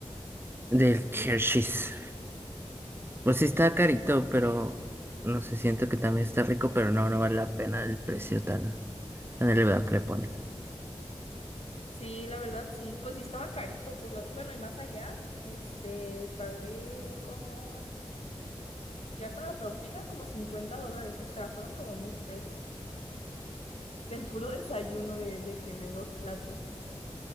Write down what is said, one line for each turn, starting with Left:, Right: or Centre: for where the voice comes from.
Right: del
Left: ¿qué?
Right: Hershey's. Pues sí está carito, pero no sé, siento que también está rico, pero no, no vale la pena el precio tan, tan elevado que le ponen.
Left: Sí, la verdad sí. Pues sí estaba carito por lo... Bueno, y más allá, este, pagué como... Ya con la propina, como 50 dólares. O sea, fueron como mil pesos. Del puro <laughs> desayuno de, de que de dos platos, pues.